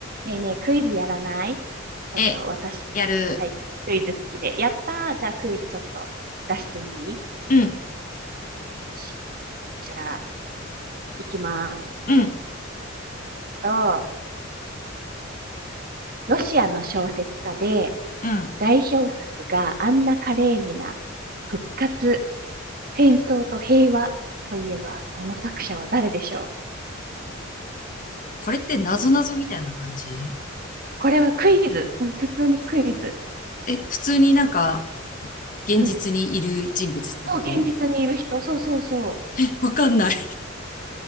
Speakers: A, on the right (about 50°); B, on the left (about 40°).
A: ねえねえ、クイズやらないちょっと私、
B: え、やる。
A: 最近クイズ好きで。やったーじゃあクイズちょっと出していい
B: うん、
A: よし。じゃあ、いきます
B: うん、
A: と、ロシアの小説家で、
B: うん。
A: 代表作がアンナ・カレーニナ、復活、戦争と平和といえば、その作者は誰でしょう
B: これって謎々みたいな感じ
A: これはクイズ。もう普通にクイズ。
B: え、普通になんか、現実にいる人物ってこと
A: うん。そう、現実にいる人。そうそうそう。
B: え <laughs> わかんない。